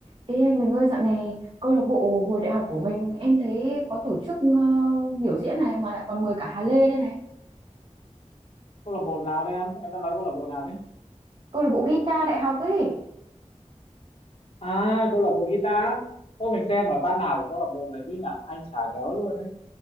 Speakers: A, on the right (about 40°); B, on the left (about 50°).
A: Ê anh mình ơi dạo này câu lạc bộ hồi đại học của mình em thấy có tổ chức ờ, biểu diễn này mà lại còn mời cả Hà Lê đây này.
B: câu lạc bộ nào đây em em đang nói câu lạc bộ nào đấy
A: Câu lạc bộ guitar đại học ấy.
B: à câu lạc bộ guitar ô mình xem ở ban nào của câu lạc bộ mình cứ nhở anh chả nhớ luôn đấy